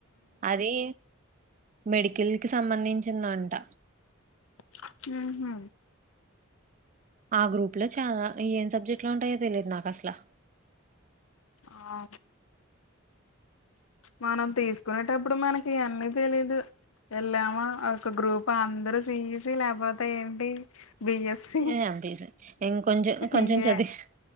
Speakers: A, on the right; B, on the left.
A: అది మెడికల్ కి సంబంధించిందంట
B: మ్ హు
A: ఆ గ్రూప్ లో చాలా ఏం సబ్జెక్ట్లో ఉంటాయో తెలియదు నాకు అసలా
B: ఆ మనం తీసుకునేటప్పుడు మనకి ఇయన్నీ తెలీదు వెళ్ళాము ఒక గ్రూప్ అందరు సీసి లేకపోతే ఏంటి బిఎస్సి
A: ఏ ఎమ్ పి సి కొంచెం కొంచం
B: ఇయే
A: చదివి